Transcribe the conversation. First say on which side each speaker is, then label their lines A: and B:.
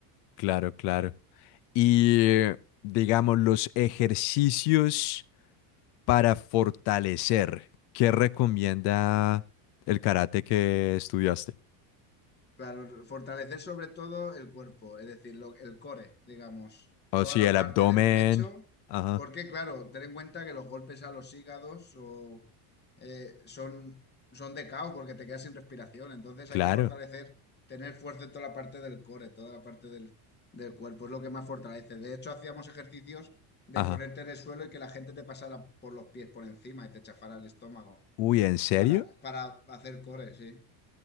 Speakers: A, on the left (about 55°); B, on the left (about 20°).
A: claro, claro. y eh, digamos los ejercicios para fortalecer. ¿Qué recomienda el karate que estudiaste?
B: Claro, fortalecer sobre todo el cuerpo, es decir, lo- el core, digamos,
A: O
B: toda
A: sí,
B: la
A: el
B: parte
A: abdomen.
B: del pecho,
A: Ajá,
B: porque claro, ten en cuenta que los golpes a los hígados o, eh, son, son de caos porque te quedas sin respiración, entonces
A: claro.
B: hay que fortalecer, tener fuerza en toda la parte del core, toda la parte del, del cuerpo, es lo que más fortalece. De hecho, hacíamos ejercicios de
A: Ajá.
B: ponerte en el suelo y que la gente te pasara por los pies por encima y te chafara el estómago
A: Uy, ¿en serio?
B: para, Sí. para hacer core, sí.